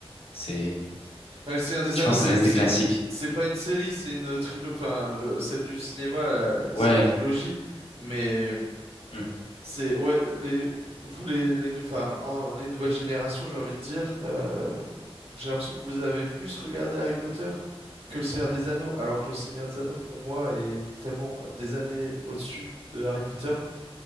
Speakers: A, on the left; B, on the right.
A: C'est,
B: Euh, Le Seigneur des
A: je
B: Anneaux,
A: pense,
B: c'est,
A: que ça reste
B: c'est,
A: des classiques.
B: c'est pas une série, c'est une trilogie. Enfin, le- celle du cinéma, là, c'est
A: Ouais.
B: une trilogie. Mais
A: Hmm.
B: c'est, ouais, les, vous, les, les, nou- enfin, en- les nouvelles générations, j'ai envie de dire, euh, j'ai l'impression que vous avez plus regardé Harry Potter que le Seigneur des Anneaux, alors que le Seigneur des Anneaux, pour moi, est tellement des années au-dessus de Harry Potter.